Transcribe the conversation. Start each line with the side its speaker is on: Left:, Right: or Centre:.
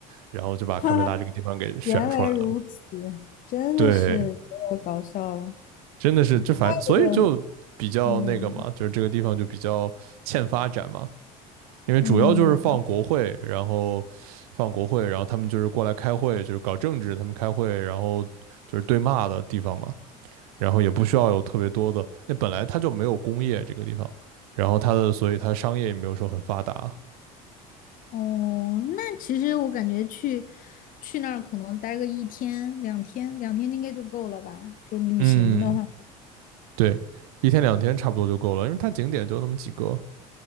Right: 然后就把堪培拉这个地方给选出来了。
Left: <laughs> 哈哈，嗯原来如此，真的是太搞笑了。
Right: 对，真的是这反，所以就比较那个嘛，
Left: 这个，嗯嗯。
Right: 就是这个地方就比较欠发展嘛。因为主要就是放国会，
Left: 嗯
Right: 然后放国会，然后他们就是过来开会，就是搞政治，他们开会，然后就是对骂的地方嘛，然后也不需要有特别多的，那本来它就没有工业这个地方，然后它的，所以它商业也没有说很发达，
Left: 哦，那其实我感觉去去那儿可能待个一天、两天，两天应该就够了吧？就旅行的话。
Right: 嗯，对，一天两天差不多就够了，因为它景点就那么几个，